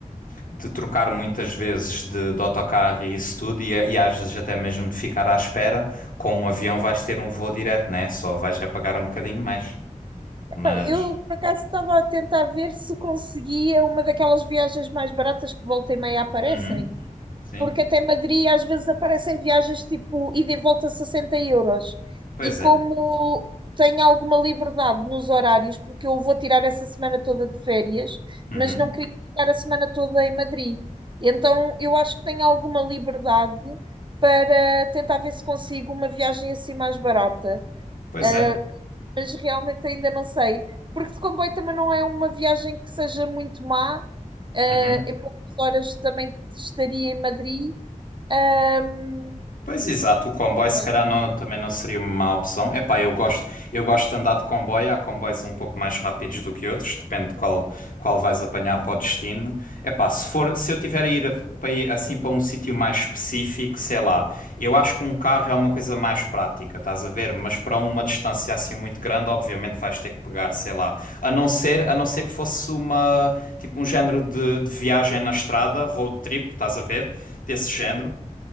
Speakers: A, on the left (about 85°); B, on the right (about 35°).
A: de trocar muitas vezes de, de autocarro e isso tudo, e, e às vezes até mesmo de ficar à espera, com um avião vais ter um voo direto, né? Só vais a pagar um bocadinho mais. Mas.
B: Epá, Eu, por acaso, estava a tentar ver se conseguia uma daquelas viagens mais baratas que volta e meia aparecem.
A: Uhum, sim.
B: porque até Madrid às vezes aparecem viagens tipo ida e volta 60 euros.
A: Pois
B: E como
A: é.
B: tenho alguma liberdade nos horários, porque eu vou tirar essa semana toda de férias,
A: Uhum,
B: mas não queria ficar a semana toda em Madrid. Então eu acho que tenho alguma liberdade para tentar ver se consigo uma viagem assim mais barata.
A: pois
B: Ah,
A: é.
B: mas realmente ainda não sei. Porque de comboio também não é uma viagem que seja muito má. Eh,
A: Uhum.
B: em poucas horas também estaria em Madrid. Ahm,
A: Pois exato, o comboio se
B: sei.
A: calhar não- também não seria uma má opção. Epá, eu gosto, eu gosto de andar de comboio, há comboios um pouco mais rápidos do que outros, depende de qual, qual vais apanhar para o destino. Epá, se for, se eu tiver a ir, a- para ir, assim para um sítio mais específico, sei lá, eu acho que um carro é uma coisa mais prática, estás a ver? Mas para uma distância assim muito grande, obviamente vais ter que pegar, sei lá, a não ser, a não ser que fosse uma, tipo um género de, de viagem na estrada, road trip, estás a ver? Desse género.